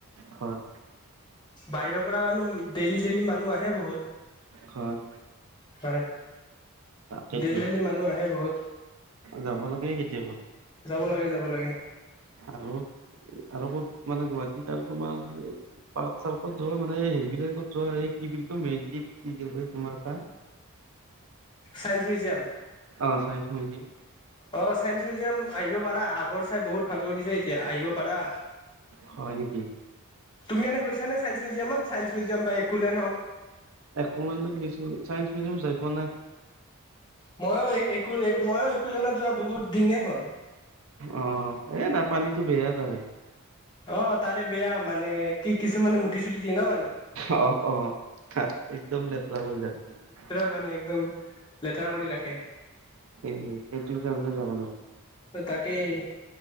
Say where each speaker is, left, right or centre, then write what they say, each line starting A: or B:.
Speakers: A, on the right (about 65°); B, on the left (about 20°).
A: হয়
B: বাহিৰৰ পৰা মানুহ ডেইলি ডেইলি মানুহ আহে বহুত
A: হয়
B: হয়
A: তাকেতো
B: ডেইলি ডেইলি মানুহ আহে বহুত
A: যাব লাগে কেতিয়াবা
B: যাব লাগে যাব লাগে
A: আৰু আৰু ক'ত মানে গুৱাহাটীত আৰু তোমাৰ পাৰ্ক চাৰ্কত যোৱা মানে হেৰি বিলাকত যোৱা এই কি বুলি কয় মেজিক কি তোমাৰ এটা
B: চায়েন্স মিউজিয়াম
A: অ চাইঞ্চ মিউজিয়াম
B: অ চাইন্স মিউজিয়াম আহিব পাৰা আগৰ চাই বহুত ভাল কৰি দিছে এতিয়া আহিব পাৰা
A: হয় নেকি
B: তুমি এনে গৈছানে চাইন্স মিউজিয়ামত চাইন্স মিউজিয়াম বা একোলেন হক
A: একুলেণ্ডত গৈছোঁ চাইন্স মিউজিয়াম যাই পোৱা নাই
B: মইয়ো একো মইও একোনেল নত যোৱা বহুত দিনেই হ'ল
A: অ এ নাই পানীটো বেয়াই তাৰে
B: অ তাৰে বেয়া মানে কি কিছুমানে মুটি চুটি দিয়ে ন মানে
A: অ অ একদম লেতেৰা কৰি যা তোমাৰ
B: পানী একদম লেটাৰ কৰি ৰাখে
A: সেইয়ে সেইটোৰ কাৰণে যাবা নৰ
B: হয় তাকেই